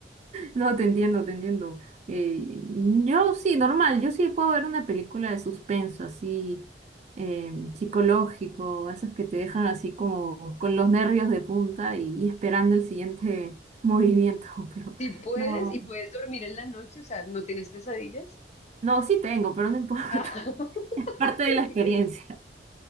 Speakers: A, on the right; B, on the left.
A: No, te entiendo, te entiendo. Eh, yo sí, normal, yo sí puedo ver una película de suspenso, así, eh, psicológico, esos que te dejan así como con los nervios de punta y, y esperando el siguiente movimiento, <laughs> pero
B: Si puedes
A: no,
B: y puedes dormir en la noche, o sea, ¿no tienes pesadillas?
A: no, sí tengo, pero no importa,
B: Ah.
A: <laughs>
B: <laughs>
A: parte de la experiencia.